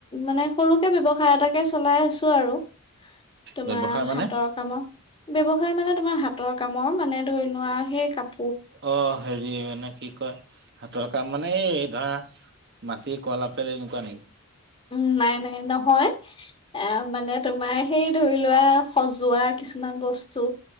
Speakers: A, on the left; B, on the right.
A: মানে সৰুকে ব্যৱসায় এটাকে চলাই আছোঁ আৰু। তোমাৰ
B: ব্যৱসায় মানে
A: হাতৰ কামৰ। ব্যৱসায় মানে তোমাৰ হাতৰ কামৰ মানে ধৰি লোৱা সেই কাপ
B: অ' হেৰি মানে কি কয় হাতৰ কাম মানে এই ধৰা, মাটি কল, আপেল, এনেকুৱা নেকি?
A: উ, নাই, নাই নহয়। এ, মানে তোমাৰ সেই ধৰি লোৱা সজোৱা কিছুমান বস্তু